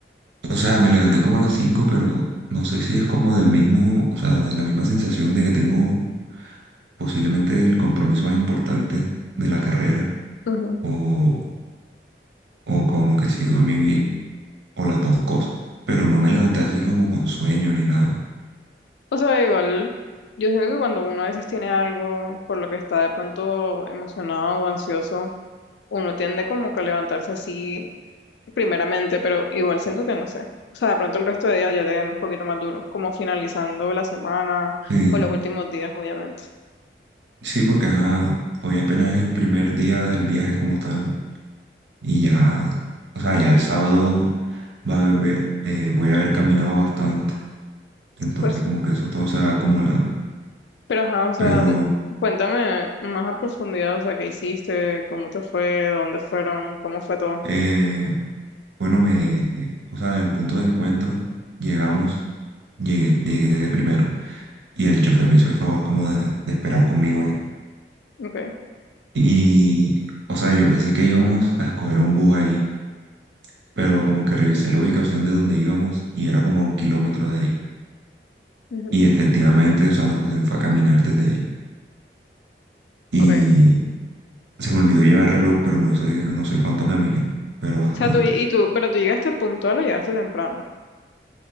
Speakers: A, on the right; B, on the left.
A: o sea, me levanté como a las 5, pero no sé si es como del mismo, o sea, de la misma sensación de que tengo posiblemente el compromiso más importante de la carrera.
B: Ujú.
A: O, o como que sí dormí bien, o las dos cosas. Pero no me levanté así como con sueño ni nada.
B: O sea, igual, yo siento que cuando uno a veces tiene algo por lo que está de pronto emocionado o ansioso, uno tiende como que a levantarse así primeramente, pero igual siento que no sé. O sea, de pronto el resto de días ya te ven un poquito más duro, como finalizando la semana
A: Sí,
B: o los últimos días, obviamente.
A: sí, porque ajá, hoy apenas es el primer día del viaje como tal, y ya, o sea, ya el sábado va a haber- eh, voy a haber caminado bastante, entonces
B: Pues sí.
A: como que eso todo se va acumulando.
B: Pero ajá, o sea,
A: Pero,
B: cuéntame más a profundidad, o sea, qué hiciste, cómo te fue, dónde fueron, cómo fue todo.
A: eh, bueno, me, o sea, en el punto de encuentro, llegamos, llegué, llegué de primero, y el chofer me hizo el favor como de de esperar conmigo ahí.
B: Ok,
A: Y, o sea, yo pensé que íbamos a escoger un bus ahí, pero como que revisé la ubicación de donde íbamos y era como a un kilómetro de ahí.
B: ujú,
A: Y efectivamente, o sea, nos pusimos fue a caminar desde ahí. Y
B: ok. O
A: se me olvidó llevar reloj, pero no sé, no sé cuánto caminé, pero bastante.
B: sea, tú, y tú, pero tú llegaste puntual o llegaste temprano.